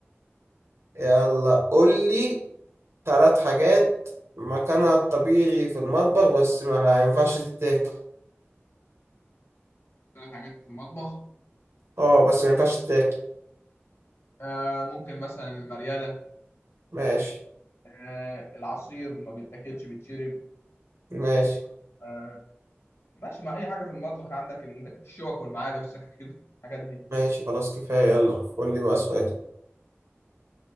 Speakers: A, on the right; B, on the left.
A: يلا قول لي ثلاث حاجات مكانها الطبيعي في المطبخ بس ما ينفعش تتاكل
B: بتعمل حاجات في المطبخ
A: اه بس ما ينفعش تتاكل
B: آه ممكن مثلا المريالة
A: ماشي
B: آه العصير ما بيتاكلش بيتشرب
A: ماشي
B: آه ماشي مع أي حاجة في المطبخ عندك الشوك والمعالق والسكاكين الحاجات دي
A: ماشي خلاص كفاية يلا قول لي بقى سؤال